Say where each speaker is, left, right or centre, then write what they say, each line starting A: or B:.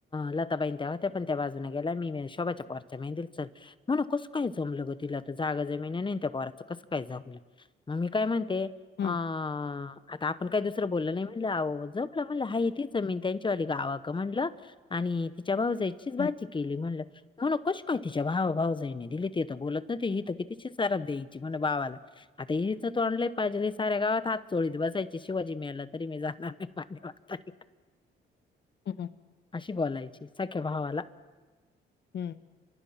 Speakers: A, on the left; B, on the left.
A: लताबाईन त्या होत्या पण त्या बाजून गेला मी म्हण कस काय जमलं ग तिला तर जागा जमिन नाही त्या पोराचं कसं काय जमलं मग मी काय म्हणते
B: हम्म
A: अ आता आपण काही दुसरं बोललं नाही म्हटलं जमलं म्हटलं हा ती जमीन त्यांच्यावाली गावा का म्हटलं आणि <unintelligible> <unintelligible> तिच्या भाऊजईचीच
B: हम्म
A: भाची केली म्हणलं म्हण नव नव कशी काय तिच्या भावा भाऊजईने दिली ती तर बोलत तर ती इथं... कितीची सराब द्यायची मझ्या भावाला... आता हिचं तोंड लय <unintelligible> साऱ्या गावात हात चोळीत बस असायची शिवाजी मेला तरी मी जाणार नाई पाणी पाजायला.
B: हम्म
A: अशी बोलायची सख्या भावाला.
B: हुं.